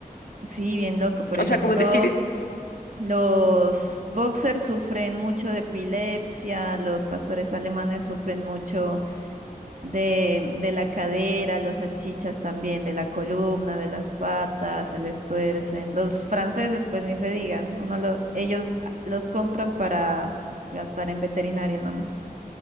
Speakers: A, on the right; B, on the left.
A: Sí, bien loco. Por ejemplo,
B: O sea, como decir,
A: los boxers sufren mucho de epilepsia, los pastores alemanes sufren mucho de, de la cadera, los salchichas también, de la columna, de las patas, se les tuercen. Los franceses, pues ni se digan, uno lo, ellos los compran para gastar en veterinario nomás.